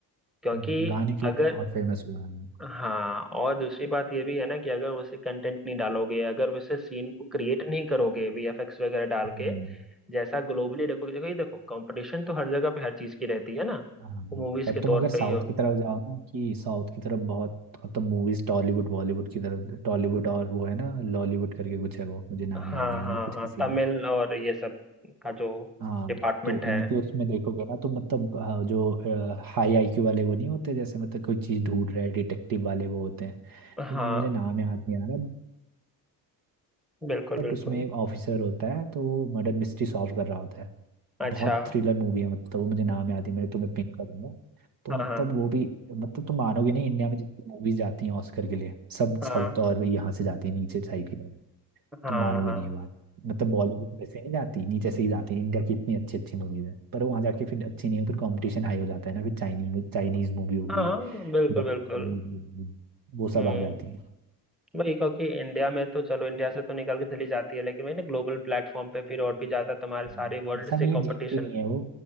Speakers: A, in the centre; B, on the right.
A: क्योंकि
B: हम्म, गाने के लिए
A: अगर
B: तो बहुत फेमस हुआ है
A: हाँ और दूसरी बात ये भी है ना कि अगर वैसे कंटेंट नहीं डालोगे अगर वैसे सीन को क्रिएट नहीं करोगे वीएफएक्स वगैरह डाल
B: हम्म,
A: के जैसा ग्लोबली देखो देखो ये देखो कंपटीशन तो हर जगह पे हर चीज की रहती है ना
B: हाँ।
A: वो मूवीज
B: पर
A: के
B: तुम
A: तौर
B: अगर साउथ
A: पे ही हो
B: की तरफ जाओ ना कि साउथ की तरफ बहुत अब तो मूवीज टॉलीवुड बॉलीवुड की तरफ टॉलीवुड और वो है ना लॉलीवुड करके कुछ है वो मुझे नाम
A: हाँ
B: याद नहीं आ
A: हाँ
B: रहा कुछ
A: हाँ
B: ऐसी
A: तमिल और ये सब का जो
B: हाँ
A: डिपार्टमेंट
B: तो
A: है
B: इनके उसमें देखोगे ना तो मतलब अ, जो हाई आईक्यू वाले वो नहीं होते जैसे मतलब कोई चीज ढूंढ रहे डिटेक्टिव वाले वो होते हैं
A: हाँ
B: इसमें मुझे नाम याद नहीं आ रहा
A: बिल्कुल
B: बट
A: बिल्कुल
B: उसमें एक ऑफिसर होता है तो वो मर्डर मिस्ट्री सॉल्व कर रहा होता है
A: अच्छा
B: बहुत थ्रिलर मूवी है मतलब वो मुझे नाम याद नहीं मैं तुम्हें पिन करूंगा तो
A: हाँ
B: मतलब
A: हाँ
B: वो भी मतलब तुम मानोगे नहीं इंडिया में जितनी मूवीज जाती हैं ऑस्कर के लिए सब साउथ
A: हाँ
B: और यहाँ से जाती है नीचे साइड की
A: हाँ
B: तुम मानोगे
A: हाँ
B: नहीं ये बात मतलब बॉलीवुड में से नहीं जाती नीचे से ही जाती इंडिया की इतनी अच्छी अच्छी मूवीज है पर वहाँ जाके फिर अच्छी नहीं हो फिर कंपटीशन हाई हो जाता है ना फिर चाइनीज चाइनीज मूवी होगी
A: हाँ बिल्कुल
B: जापानीज
A: बिल्कुल
B: मूवी होगी वो सब
A: हम्म
B: आ जाती है
A: वही क्योंकि इंडिया में तो चलो इंडिया से तो निकल के चली जाती है लेकिन मैंने ग्लोबल प्लेटफॉर्म पे फिर और भी ज्यादा तुम्हारे
B: हम्म।
A: सारे वर्ल्ड
B: ऐसा नहीं
A: से
B: है
A: कंपटीशन
B: जीतती नहीं है वो